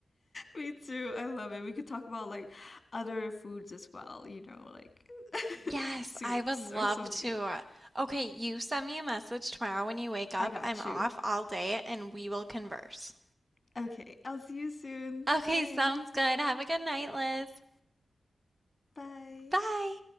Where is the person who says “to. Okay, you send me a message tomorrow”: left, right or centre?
Right